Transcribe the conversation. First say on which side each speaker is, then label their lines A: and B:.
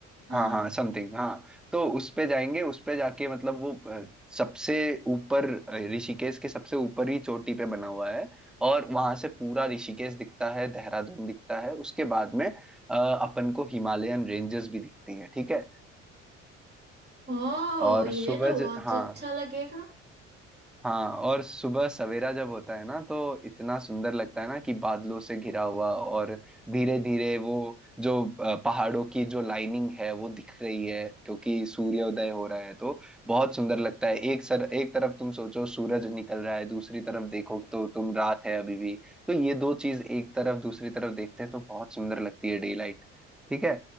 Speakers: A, on the right (about 25°); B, in the centre.
A: हाँ
B: हाँ हाँ समथिंग हाँ तो उस पे जाएंगे उस पे जाके मतलब वो अ, सबसे ऊपर अ, ऋषिकेश के सबसे ऊपर ही चोटी पे बना हुआ है और वहां से पूरा ऋषिकेश दिखता है देहरादून दिखता है उसके बाद में अ, अपन को हिमालयन रेंजेस भी दिखती हैं ठीक है
A: ओ
B: और
A: ये
B: सूरज
A: तो बहुत
B: हाँ
A: अच्छा लगेगा
B: हाँ और सुबह सवेरा जब होता है ना तो इतना सुंदर लगता है ना कि बादलों से घिरा हुआ और धीरे धीरे वो जो अ, पहाड़ों की जो लाइनिंग है वो दिख रही है क्योंकि सूर्योदय हो रहा है तो बहुत सुंदर लगता है एक सर एक तरफ तुम सोचो सूरज निकल रहा है दूसरी तरफ देखो तो तुम रात है अभी भी तो ये दो चीज एक तरफ दूसरी तरफ देखते हैं तो बहुत सुंदर लगती है डे लाइट ठीक है